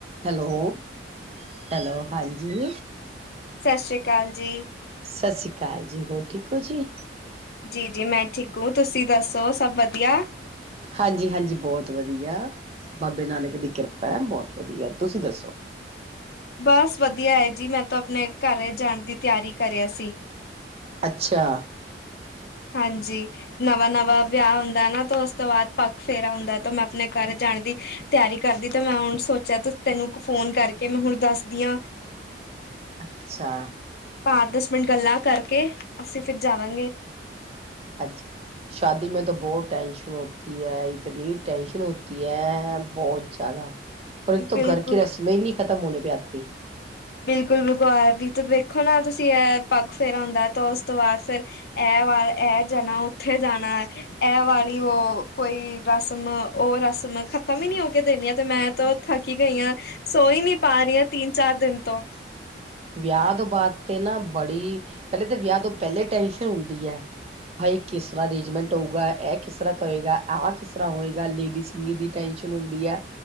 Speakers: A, on the right; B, on the left.
A: Hello, hello? ਹਾਂਜੀ।
B: ਸਤਿ ਸ੍ਰੀ ਅਕਾਲ ਜੀ।
A: ਸਤਿ ਸ਼੍ਰੀ ਅਕਾਲ ਜੀ। ਹੋਰ ਠੀਕ ਹੋ ਜੀ।
B: ਜੀ- ਜੀ ਮੈਂ ਠੀਕੂ ਤੁਸੀਂ ਦੱਸੋ, ਸਭ ਵਧੀਆ।
A: ਹਾਂਜੀ- ਹਾਂਜੀ ਬਹੁਤ ਵਧੀਆ। ਬਾਬੇ ਨਾਨਕ ਦੀ ਕਿਰਪਾ ਹੈ। ਬਹੁਤ ਵਧੀਆ ਤੁਸੀਂ ਦੱਸੋ?
B: ਬਸ ਵਧੀਆ ਹੈ ਜੀ। ਮੈਂ ਤਾਂ ਆਪਣੇ ਘਰ ਜਾਣ ਦੀ ਤਿਆਰੀ ਕਰਿਆ ਸੀ।
A: ਅੱਛਾ।
B: ਹਾਂਜੀ। ਨਵਾਂ- ਨਵਾਂ ਵਿਆਹ ਹੁੰਦਾ ਨਾ ਤੇ ਉਸ ਤੋਂ ਬਾਅਦ ਪੱਖ ਫੇਰਾ ਹੁੰਦਾ ਤੇ ਮੈਂ ਆਪਣੇ ਘਰ ਜਾਣ ਦੀ ਤਿਆਰੀ ਕਰਦੀ ਤੇ ਮੈਂ ਹੁਣ ਸੋਚਿਆ ਤੈਨੂੰ ਫੋਨ ਕਰਕੇ ਮੈਂ ਹੁਣ ਦੱਸਦੀ ਆ।
A: ਅੱਛਾ।
B: ਪਾ ਦਸ ਮਿੰਟ ਗੱਲਾਂ ਕਰਕੇ ਅਸੀਂ ਫਿਰ ਜਾਵਾਂਗੇ।
A: ਅੱਛਾ। ਸ਼ਾਦੀ ਮੇ ਤਾਂ ਬਹੁਤ ਟੈਂਸ਼ਨ ਹੋਤੀ ਹੈ, ਇਤਨੀ ਟੈਂਸ਼ਨ ਹੋਤੀ ਹੈ। ਬਹੁਤ ਹੇਗਾ। ਇੱਕ
B: ਬਿਲਕੁਲ
A: ਤੋਂ ਘਰ ਕੀ ਰਸਮ ਹੀ ਨਹੀਂ ਖਤਮ ਹੋਣੇ ਪੇ ਆਤੀ।
B: ਬਿਲਕੁਲ- ਬਿਲਕੁਲ ਆਤ ਦੇਖੋ ਨਾ ਤੁਸੀ ਇਹ, ਪੱਗ ਫੇਰਾ ਹੁੰਦਾ ਤਾਂ ਉਸ ਤੋਂ ਬਾਅਦ ਫਿਰ ਇਹ ਵ ਇਹ ਜਾਣਾ ਉਥੇ ਜਾਣਾ। ਇਹ ਵਾਲੀ ਉਹ, ਕੋਈ ਰਸਮ ਉਹ ਰਸਮ ਖਤਮ ਹੀ ਨਹੀ ਹੋ ਕੇ ਦੇਣੀ ਆ ਤੇ, ਮੈੰ ਤੋਂ ਥਕੀ ਗਈਆਂ, ਸੋ ਹੀ ਨਹੀ ਪਾ ਰਹੀਆਂ ਤਿੰਨ- ਚਾਰ ਦਿਨ ਤੋਂ।
A: ਵਿਆਹ ਤੋ ਬਾਅਦ ਤੇ ਨਾ ਬੜੀ, ਪਹਿਲੇ ਤਾਂ ਵਿਆਹ ਤੋਂ ਪਹਿਲੇ ਟੈਨਸ਼ਨ ਹੁੰਦੀ ਹੈ। ਹਾਈ ਕਿਸ ਤਰ੍ਹਾਂ ਅਰੇਂਜਮੈਂਟ ਹੋਊਗਾ, ਇਹ ਕਿਸ ਤਰ੍ਹਾਂ ਕਰੇਗਾ ਆਹ ਕਿਸ ਤਰ੍ਹਾਂ ਹੋਏਗਾ, ਲੇਡੀਸ। ਦੀ ਟੈਨਸ਼ਨ ਹੁੰਦੀ ਹੈ,